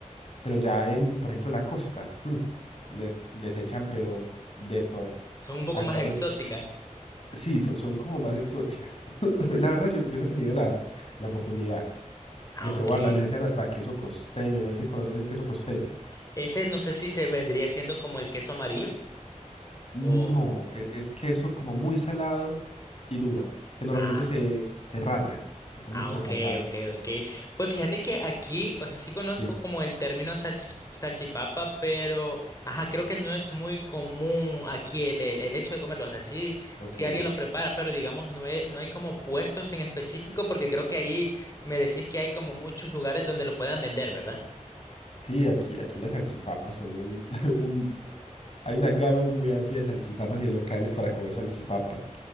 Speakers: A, on the left (about 50°); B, on the left (about 25°).
A: Pero ya en, por ejemplo, la costa, <laughs> mm, les, les echan, pero de todo,
B: Son un poco
A: hasta
B: más exóticas.
A: dulces. Sí, son, son como más exóticas. <laughs> La verdad, yo, yo no he tenido la, la oportunidad
B: Ah,
A: de probarla,
B: ok.
A: les echan hasta queso costeño, no sé si conoces el queso costeño.
B: Ese no sé si se vendría siendo como el queso amarillo
A: No,
B: o...
A: e- es queso como muy salado y duro, que normalmente
B: Ah.
A: se, se raya, se come
B: Ah,
A: como
B: ok,
A: rallada.
B: ok, ok. Pues fíjate que aquí, o sea, sí conozco
A: Sí,
B: como el término salchi- salchipapa, pero, ajá, creo que no es muy común aquí el, el, el hecho de comerlo. O sea, sí,
A: ok.
B: sí alguien lo prepara, pero digamos, no, he- no hay como puestos en específico, porque creo que ahí me decís que hay como muchos lugares donde los puedan vender, ¿verdad?
A: Sí, aquí, aquí las salchipapas son un, <laughs> un- Hay una gama muy amplia de salchipapas y de locales para comer salchipapas.